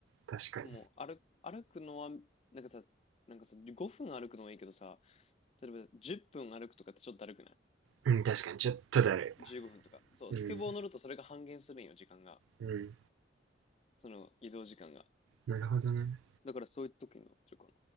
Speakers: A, on the right; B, on the left.
A: 確かに。
B: もう、歩、歩くのは、なんかさ、なんかさ、5分歩くのはいいけどさ、例えば10分歩くとかってちょっとだるくない
A: うん、確かに。ちょっとだる
B: ?15 分とか。そう、
A: い。
B: スケボー乗るとそれが半減するんよ、
A: うん、
B: 時間が。
A: うん。
B: その移動時間が。
A: なるほどね。
B: だからそういう時に乗ってるかな。